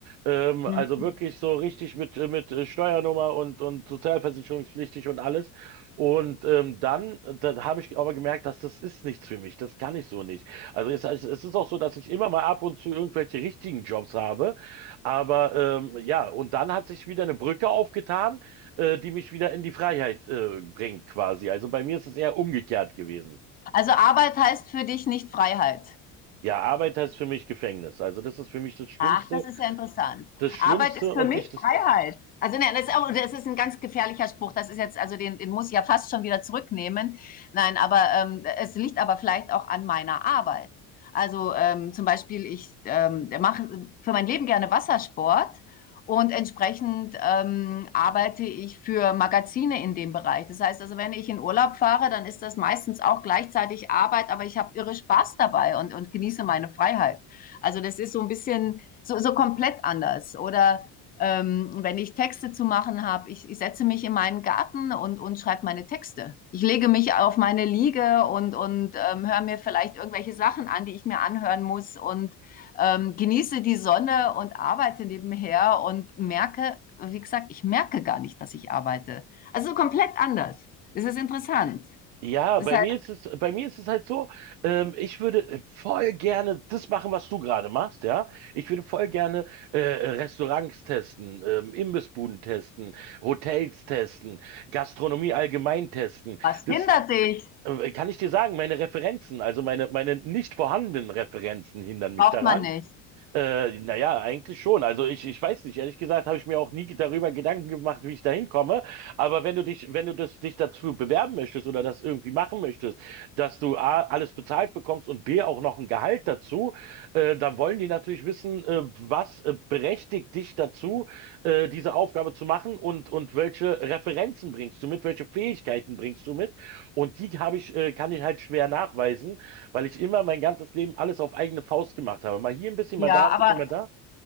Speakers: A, on the right; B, on the left.
A: Ähm,
B: mhm.
A: also wirklich so richtig mit, äh, mit äh, Steuernummer und, und sozialversicherungspflichtig und alles. Und ähm, dann, äh, da habe ich aber gemerkt, dass das ist nichts für mich. Das kann ich so nicht. Also es, es es ist auch so, dass ich immer mal ab und zu irgendwelche richtigen Jobs habe. Aber ähm, ja, und dann hat sich wieder eine Brücke aufgetan äh, die mich wieder in die Freiheit äh, bringt quasi. Also bei mir ist es eher umgekehrt gewesen.
B: Also, Arbeit heißt für dich nicht Freiheit?
A: Ja, Arbeit heißt für mich Gefängnis. Also das ist für mich das Schlimmste,
B: Ach, das ist ja interessant.
A: das Schlimmste
B: Arbeit ist für
A: und
B: mich
A: dich das.
B: Freiheit. Also nein, das ist, auch, das ist ein ganz gefährlicher Spruch. Das ist jetzt, also den, den muss ich ja fast schon wieder zurücknehmen. Nein, aber ähm, es liegt aber vielleicht auch an meiner Arbeit. Also ähm, zum Beispiel, ich ähm, mache für mein Leben gerne Wassersport und entsprechend ähm, arbeite ich für Magazine in dem Bereich. Das heißt also, wenn ich in Urlaub fahre, dann ist das meistens auch gleichzeitig Arbeit, aber ich habe irre Spaß dabei und, und genieße meine Freiheit. Also das ist so ein bisschen so, so komplett anders. Oder ähm, wenn ich Texte zu machen habe, ich, ich setze mich in meinen Garten und, und schreibe meine Texte. Ich lege mich auf meine Liege und, und ähm, höre mir vielleicht irgendwelche Sachen an, die ich mir anhören muss und ähm, genieße die Sonne und arbeite nebenher und merke, wie gesagt, ich merke gar nicht, dass ich arbeite. Also komplett anders. Es ist interessant.
A: Ja,
B: Das
A: bei
B: heißt,
A: mir ist es, bei mir ist es halt so, ähm, ich würde voll gerne das machen, was du gerade machst, ja. Ich würde voll gerne äh, Restaurants testen, ähm, Imbissbuden testen, Hotels testen, Gastronomie allgemein testen.
B: was
A: Das
B: hindert dich?
A: äh, kann ich dir sagen, meine Referenzen, also meine, meine nicht vorhandenen Referenzen hindern mich
B: Braucht
A: daran.
B: man nicht.
A: Äh, naja, eigentlich schon. Also ich, ich weiß nicht, ehrlich gesagt habe ich mir auch nie darüber Gedanken gemacht, wie ich da hinkomme. Aber wenn du dich, wenn du das, dich dazu bewerben möchtest oder das irgendwie machen möchtest, dass du A, alles bezahlt bekommst und B, auch noch ein Gehalt dazu, äh, dann wollen die natürlich wissen, äh, was äh, berechtigt dich dazu, äh, diese Aufgabe zu machen und, und welche Referenzen bringst du mit, welche Fähigkeiten bringst du mit. Und die habe ich, äh, kann ich halt schwer nachweisen weil ich immer mein ganzes Leben alles auf eigene Faust gemacht habe. Mal hier ein bisschen,
B: Ja,
A: mal da, ein
B: aber
A: bisschen, mal da.